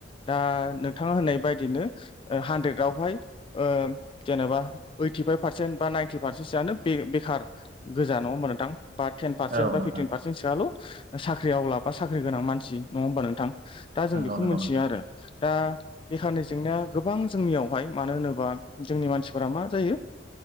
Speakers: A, on the left; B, on the right.
A: दा नोंथाङा होननाय बायदिनो हानद्रेदावहाय ओ जेनेबा ओइटिफाइभ पारसेन्ट बा नाइनटि पारसेन्टसोआनो बे बेखार गोजा नङा मोमबा नोंथां बा टेन पारसेन
B: औ
A: बा
B: औ नंगौ
A: फिफटिन पार्सेन्ट सोआल' साख्रि आवला साख्रि गोनां मानसि नङा होमबा नोंथां। दा
B: नंगौ
A: जों बेखौ
B: नंगौ
A: मोनथिया
B: नोंथां औ नोंथां नंगौ नोंथां
A: आरो। दा बेखारनि जेंनाया गोबां जोंनियावहाय मानो होनोबा जोंनि मानसिफोरा मा जायो